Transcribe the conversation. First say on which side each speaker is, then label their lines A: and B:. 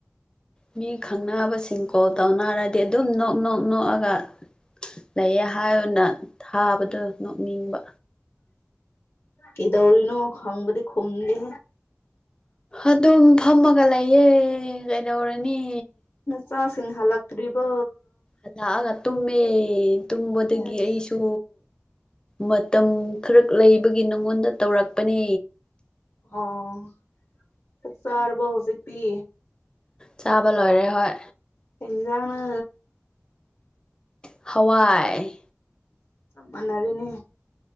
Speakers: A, on the left; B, on the left.
A: ꯃꯤ ꯈꯪꯅꯕꯁꯤꯡ ꯀꯣꯜ ꯇꯧꯅꯔꯗꯤ ꯑꯗꯨꯝ ꯅꯣꯛ ꯅꯣꯛ ꯅꯣꯛꯑꯒ ꯂꯩꯌꯦ ꯍꯥꯏꯅ ꯊꯥꯕꯗꯣ ꯅꯣꯛꯅꯤꯡꯕ
B: ꯀꯩꯗꯧꯔꯤꯅꯣ ꯍꯪꯕꯗꯤ ꯈꯨꯝꯗꯦ
A: ꯑꯗꯨꯝ ꯐꯝꯃꯒ ꯂꯩꯌꯦ ꯀꯩꯗꯧꯔꯅꯤ
B: ꯅꯆꯥꯥ ꯁꯤꯁꯤꯡꯍ ꯂ ꯀꯔꯤꯕ
A: ꯑꯗꯑꯒ ꯇꯨꯝꯃꯦꯃꯦ ꯇꯨꯝꯕꯗꯒꯤ
B: ꯑꯁ
A: ꯑꯩꯁꯨ ꯃꯇꯝ ꯈꯔ ꯂꯩꯕꯒꯤ ꯅꯉꯣꯟꯗ ꯇꯧꯔꯛꯄꯅꯦ
B: ꯑꯣ ꯆꯔꯕꯧ ꯁꯤꯛꯇꯤ
A: ꯆꯥꯕ ꯂꯣꯏꯔꯦ ꯍꯣꯏ
B: ꯏꯖꯥꯡꯅ
A: ꯍꯋꯥꯏ
B: ꯃꯅꯔꯅꯤ